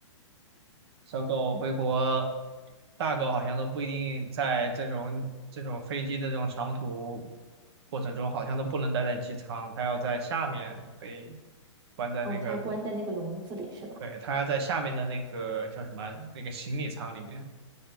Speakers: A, on the right; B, on the right.
A: 小狗回国，
B: 嗯，
A: 大狗好像都不一定在这种这种飞机的这种长途过程中，好像都不能待在机舱，它要在下面被关在那个
B: 哦，它还关在那个笼子里是吧？
A: 对，它在下面的那个叫什么那个行李舱里面，